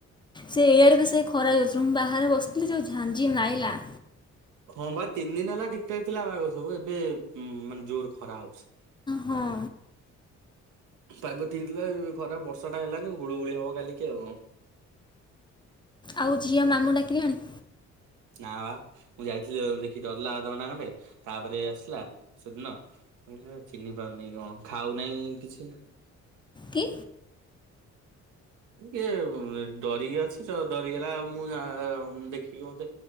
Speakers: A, on the left (about 15°); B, on the right (about 80°).
A: ସେ ଏଇଆଡକୁ ସେ ଖରା ହେଇଚି ମୁଁ ବାହାରେ ବସିଥିଲି, ଯୋଉ ଝାଞ୍ଜି ମାଇଲା
B: ହଁ ବା ତିନି ଦିନ ହେଲା ଠିକଠାକ ଥିଲା ପାଗ ସବୁ, ଏବେ ମାନେ ଜୋର ଖରା ହଉଛି।
A: ହଁ।
B: ପାଗ ଠିକ ଥିଲା ଏବେ ଖରାପ ବର୍ଷା ଟା ହେଲା ଯୋଉଁ ଗୁଳୁଗୁଳି ହବ କାଲିକି ଆଉ।
A: ଆଉ ଝିଅ ମାମୁଁ ଡାକିଲେଣି?
B: ନା ବା ମୁଁ ଯାଇଥିଲି ଝିଅ ଦେଖି ଡରିଲା ଅଧ ଘଣ୍ଟା ଖଣ୍ଡେ। ତାପରେ ଆସିଲା, ସେଦିନ ମୁଁ କହିଲି ଚିହ୍ନି ପାରୁନେଇ କଣ? ହଁ ଖାଉ ନାହିଁ କିଛି?
A: କି
B: ଇଏ ଡରିକି ଅଛି ତ ଡରିଗଲା ଆଉ ମୁଁ ଯା ଦେଖିକି ମତେ